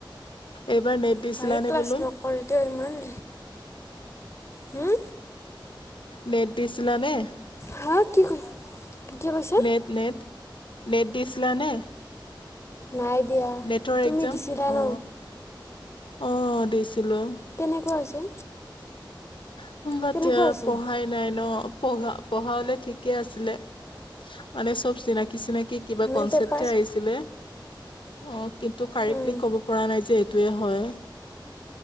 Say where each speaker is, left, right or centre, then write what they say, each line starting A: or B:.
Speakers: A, on the left; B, on the left.
A: এইবাৰ নেট দিছিলানে
B: ভাই ক্লাছ
A: বোলো
B: নকৰিটো ইমান। হম?
A: নেট দিছিলা নে?
B: হা কি কৈ কি কৈছে
A: নেট, নেট? নেট দিছিলানে?
B: নাই দিয়া।
A: নেটৰ
B: তুমি
A: এক্জাম
B: দিছিলা
A: অ।
B: ন
A: অ দিছিলো।
B: কেনেকুৱা হৈছে?
A: <unintelligible>
B: কেনেকুৱা হৈছে
A: পঢ়ায় নাই ন। পঢ়া, পঢ়া হ'লে ঠিকে আছিলে। মানে চব চিনাকি চিনাকি কিবা
B: মানে
A: কনচেপটহে
B: পেপাৰ
A: আহিছিলে। অ, কিন্তু কাৰেক্টলি
B: উম,
A: ক'ব পৰা নাই যে এইটোৱে হয়।